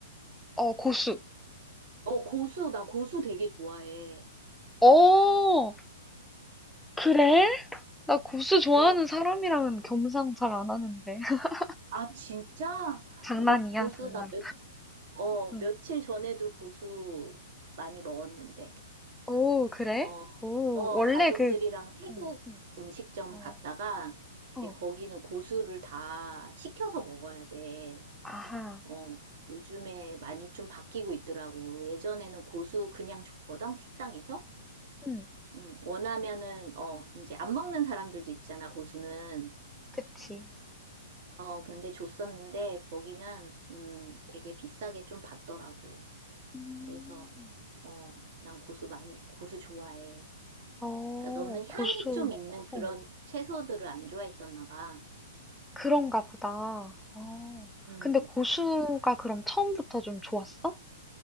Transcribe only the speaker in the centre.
어, 고수.
어! 그래? 나 고수 좋아하는
사람이랑은 겸상 잘 안 하는데. <laughs>
장난이야,
장난.
응.
오, 그래?
오,
원래
그,
응, 응,
어,
어,
아하,
응,
그치.
음,
어,
고수,
어,
그런가 보다. 어,
근데 고수가 그럼 처음부터 좀 좋았어?